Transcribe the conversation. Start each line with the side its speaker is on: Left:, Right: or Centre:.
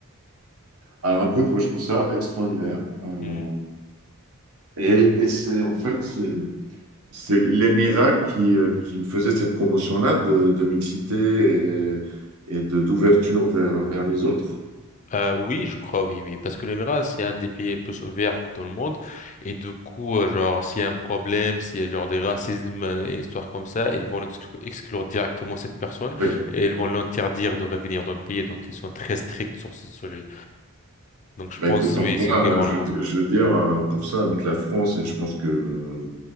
Right: Alors écoute, moi je trouve ça extraordinaire. Euh,
Left: Hmm.
Right: et et c'est en fait, c'est c'est les miracles qui, euh, qui faisaient cette promotion-là de, de mixité et, et de, d'ouverture vers, vers les autres.
Left: Euh, oui, je crois, oui, oui. Parce que l'Émirat, c'est un des pays les plus ouverts dans le monde. Et du coup, euh, genre, s'il y a un problème, s'il y a genre des racismes, euh, et histoire comme ça, ils vont exclu- exclure directement cette personne
Right: Oui.
Left: et ils vont l'interdire de revenir dans le pays. Donc, ils sont très stricts sur ce sujet. Donc, je
Right: Bah
Left: pense,
Right: écoute, comme
Left: oui,
Right: quoi,
Left: c'est le gouvernement.
Right: euh, je, veux di- je veux dire, euh, pour ça, avec la France, et je pense que euh,